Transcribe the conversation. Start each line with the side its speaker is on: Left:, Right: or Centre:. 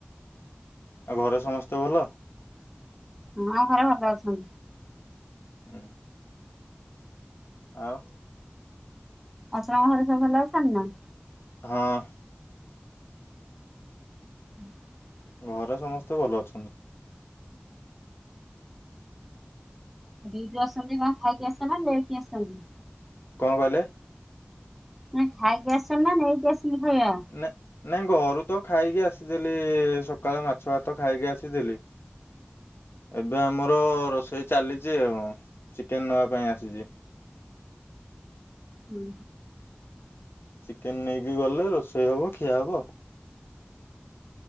Left: ଆଉ ଘରେ ସମସ୍ତେ ଭଲ?
Centre: ହଁ ଘରେ ଭଲ ଅଛନ୍ତି।
Left: ହୁଁ। ଆଉ
Centre: ଆଉ ତମ ଘରେ ସବୁ ଭଲ ଅଛନ୍ତି ନା?
Left: ହଁ।
Centre: ହୁଁ <inaudible>
Left: ଘରେ ସମସ୍ତେ ଭଲ ଅଛନ୍ତି।
Centre: ଦିଇଠୁ ଆସନ୍ତି କଣ ଖାଇକି ଆସ ନା ନେଇେକି ଆସନ୍ତି?
Left: କଣ କହିଲେ?
Centre: ନାଇ ଖାଇକି ଆସିଛନା ନା ନେଇକି ଆସନ୍ତି ଖାଇବା?
Left: ନା ନାଇଁ ଘରୁ ତ ଖାଇକି ଆସିଥିଲି ସକାଳୁ ମାଛ ଭାତ ଖାଇକି ଆସିଥିଲି। <inaudible> ଏବେ ଆମର ରୋଷେଇ ଚାଲିଛି ଆଉ ଚିକେନ ନବା ପାଇଁ ଆସିଛି।
Centre: ହୁଁ।
Left: ଚିକେନ ନେଇକି ଗଲେ ରୋଷେଇ ହବ ଖିଆ ହବ?